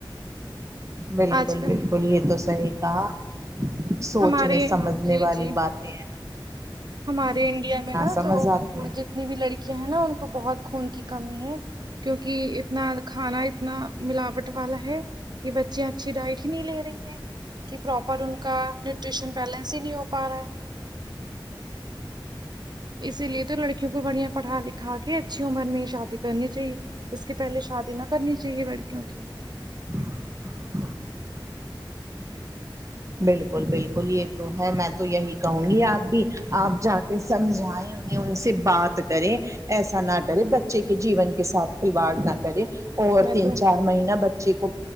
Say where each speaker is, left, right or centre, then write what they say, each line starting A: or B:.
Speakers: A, on the right; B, on the right.
A: بالکل
B: آج کل
A: بالکل یہ تو صحیح کہا سوچنے
B: ہمارے
A: سمجھنے
B: جی
A: والی
B: جی
A: باتیں ہیں
B: ہمارے انڈیا میں نا
A: سمجھ
B: تو
A: آتی ہیں
B: جتنی بھی لڑکیاں ہیں نا ان کو بہت خون کی کمی ہے کیوںنکہ اتنا کھانا اتنا ملاوٹ والا ہے کہ بچے اچھی ڈائٹ ہی نہیں لے رہی ہیں کہ پراپر ان کا نیوٹریشن بیلنس ہی نہیں ہو پا رہا ہے اسی لیے تو لڑکیوں کو بڑھیا پڑھا لکھا کے اچھی عمر میں شادی کرنی چاہیے اس کی پہلے شادی نہ کرنی چاہیے لڑکیوں کی
A: <unintelligible> بالکل بالکل یہ تو ہے میں تو یہی کہوں گی آپ بھی آپ جا کے سمجھائیں ان سے بات کرے ایسا نہ کرے بچے کے جیون کے ساتھ کھلواڑ نہ کرے اور
B: میں
A: تین
B: تو
A: چار مہینہ بچے کو